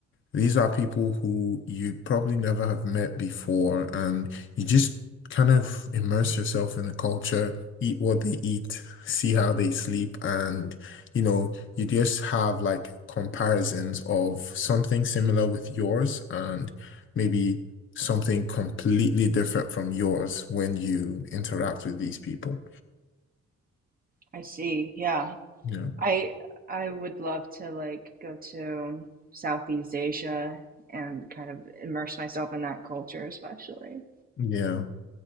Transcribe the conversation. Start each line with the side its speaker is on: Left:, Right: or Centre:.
Left: These are people who you'd probably never have met before, and you just kind of immerse yourself in the culture, eat what they eat, see how they sleep, and you know, you just have like comparisons of something similar with yours and maybe something completely different from yours when you interact with these people.
Right: I see. Yeah.
Left: Yeah.
Right: I I would love to like go to Southeast Asia and kind of immerse myself in that culture, especially.
Left: Yeah.